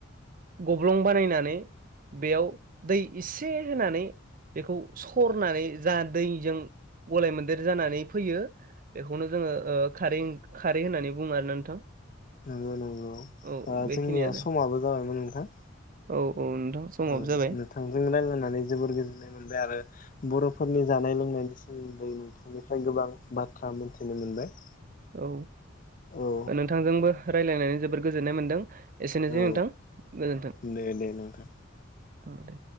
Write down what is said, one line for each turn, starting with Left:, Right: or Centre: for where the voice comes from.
Right: गब्लं बानायनानै बेयाव दै इसे होनानै बेखौ सरनानै जा दैजों गलाय मोन्देर जानानै फैयो बेखौनो जोङो खारै खारै होननानै बुङो आरो नोंथां।
Left: नंगौ नंगौ। ओ
Right: औ बेखिनियानो
Left: जोंनिया समाबो जाबायमोन नोंथां
Right: औ औ नोंथां समाबो
Left: औ
Right: जाबाय
Left: नोंथांजों रायज्लायनानै जोबोर गोजोननाय मोनबाय आरो बर' फोरनि जानाय लोंनायनि सोमोन्दै नोंथांनिफ्राय गोबां बाथ्रा मोनथिनो मोनबाय।
Right: औ।
Left: औ
Right: नोंथांजोंबो रायलायनानै जोबोद गोजोननाय मोनदों। एसेनोसै
Left: औ
Right: नोंथां गोजोनथों।
Left: दे दे नोंथां
Right: ओ दे।